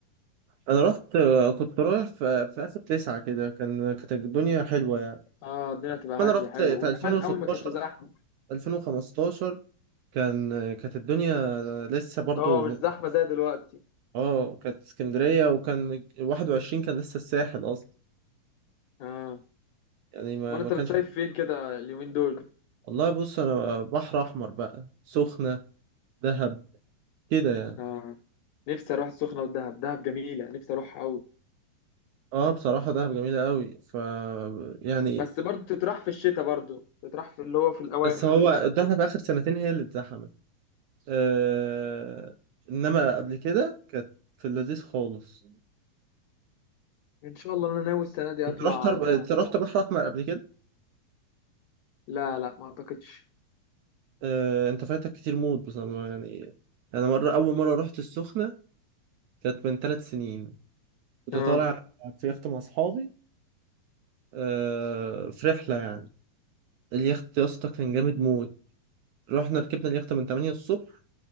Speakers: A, on the right; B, on the left.
A: انا رحت آه، كنت رايح في في اخر تسعة كده كان كانت الدنيا حلوة يعني
B: اه الدنيا تبقى هادية
A: انا رحت
B: حلو
A: في
B: وزمان
A: 2016
B: قوي ما كانتش زحمة
A: 2015 كان آه، كانت الدنيا لسه برضو
B: اه مش
A: م-
B: زحمة زي دلوقتي
A: اه كانت اسكندرية وكان 21 كان لسه الساحل اصلا
B: اه
A: يعني ما
B: امال
A: ما
B: انت
A: كانش
B: بتصيف فين كده اليومين دول
A: والله بص انا بحر احمر بقى سخنة دهب كده يعني
B: آه. نفسي اروح السخنه والدهب دهب جميله نفسي اروح قوي
A: اه بصراحة دهب جميلة قوي ف يعني
B: بس برضو تتراح في الشتاء برضو تتراح في اللي هو في الاواخر
A: بس هو
B: كده
A: الدخله في اخر سنتين هي اللي اتزحمت آه انما قبل كده كانت في اللذيذ خالص
B: ان شاء الله انا ناوي السنه دي
A: انت
B: اطلع
A: رحت أرب...
B: دهب
A: انت رحت بحر احمر قبل كده
B: لا لا ما اعتقدش
A: آه انت فايتك كتير موت بصراحه يعني انا مره اول مره رحت السخنه كانت من ثلاث سنين كنت
B: اه
A: طالع في يخت مع اصحابي آه في رحله يعني اليخت يا اسطى كان جامد موت رحنا ركبنا اليخت من 8 الصبح